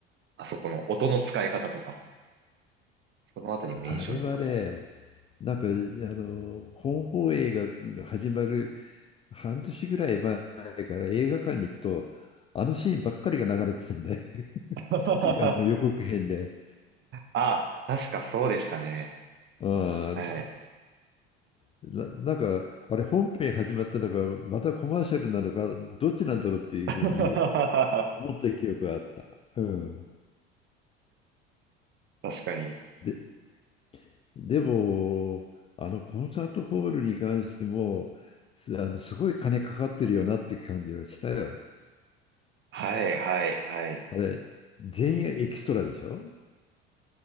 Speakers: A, on the right; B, on the left.
A: あそこの音の使い方とか、そのあたりも印象に残ってます。
B: あれはね、なんか、あの、本放映が始まる半年ぐらい前から映画館に行くと、あのシーンばっかりが流れてたんで、<laughs>
A: <laughs>
B: あの予告編で。
A: ああ、確かそうでしたね。
B: あー
A: はい。
B: な、なんか、あれ本編始まったのか、またコマーシャルなのか、どっちなんだろうっていうふうに
A: <laughs> 確
B: 思った記憶があった。うん。
A: かに。
B: で、でも、あのコンサートホールに関しても、すあのすごい金かかってるよなっていう感じはしたよ。
A: はい、はい、はい。
B: あれ、全員エキストラでしょ